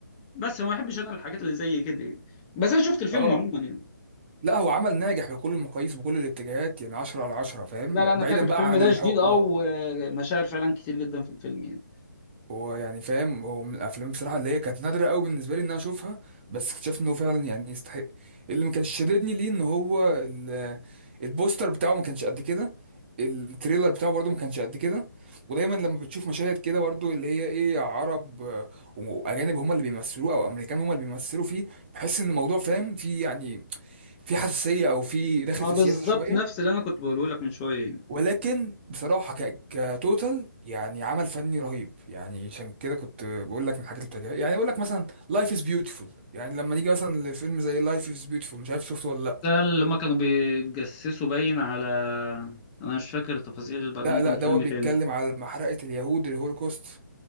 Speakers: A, on the left; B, on the right.
A: بس ما بحبش أنا الحاجات اللي زي كده يعني بس أنا شفت الفيلم
B: اه
A: عموما يعني
B: لا هو عمل ناجح بكل المقاييس وبكل الاتجاهات يعني 10 على 10 فاهم
A: لا لا أنا
B: بعيدا
A: فاكر
B: بقى
A: الفيلم
B: عن
A: ده
B: الحكم
A: شديد أه ومشاعر فعلا كتير جدا في الفيلم يعني
B: هو يعني فاهم هو من الافلام بصراحه اللي هي كانت نادره قوي بالنسبه لي ان انا اشوفها بس اكتشفت انه فعلا يعني يستحق اللي ما كانش شددني ليه ان هو ال- البوستر بتاعه ما كانش قد كده التريلر بتاعه برضه ما كانش قد كده ودايما لما بتشوف مشاهد كده برضه اللي هي ايه عرب آه، واجانب هم اللي بيمثلوه او امريكان هم اللي بيمثلوا فيه بحس ان الموضوع فاهم في يعني في حساسيه او في داخل
A: ما
B: في
A: بالظبط
B: سياسه شويه
A: نفس اللي أنا كنت بقوله لك من شوية يعني.
B: ولكن بصراحة ك... كتوتال يعني عمل فني رهيب يعني عشان كده كنت بقول لك من الحاجات اللي بتعجبني يعني اقول لك مثلا لايف از بيوتيفول يعني لما نيجي مثلا لفيلم زي لايف از بيوتيفول مش عارف شفته ولا
A: ده اللي ما كانوا بيتجسسوا باين على انا مش فاكر التفاصيل بقى
B: لا
A: ممكن
B: لا لا دوت
A: فيلم
B: بيتكلم
A: تاني
B: على محرقة اليهود الهولوكوست